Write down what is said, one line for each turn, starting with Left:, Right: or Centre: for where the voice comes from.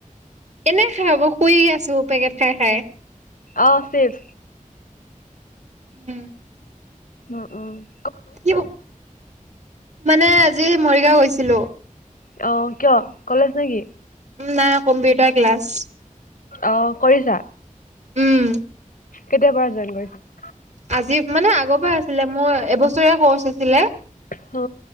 Right: এনে খাই বৈ শুই আছোঁ, পেকেট খাই খাই।
Left: অ' চিফ।
Right: উম।
Left: অহ'অহ'
Right: কি মানে আজি মৰিগাঁও গৈছিলোঁ।
Left: অ' কিয়? কলেজ নেকি?
Right: নাই কম্পিউটাৰ ক্লাছ।
Left: অ' কৰিছা?
Right: উম।
Left: কেতিয়াৰ পৰা জইন কৰিছা?
Right: আজি মানে আগৰ পৰা আছিলে মোৰ এবছৰীয়া কৰ্চ আছিলে।
Left: হ